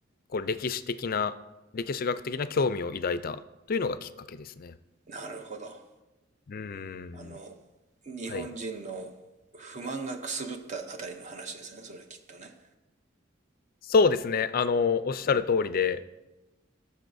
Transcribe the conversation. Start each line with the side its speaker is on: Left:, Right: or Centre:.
Left: こう歴史的な、歴史学的な興味を抱いたというのがきっかけですね。
Right: なるほど。
Left: うーん、
Right: あの、日本人の不満がくすぶったあたりの話ですね。
Left: はい。
Right: それきっとね。
Left: そうですね。あの、おっしゃる通りで。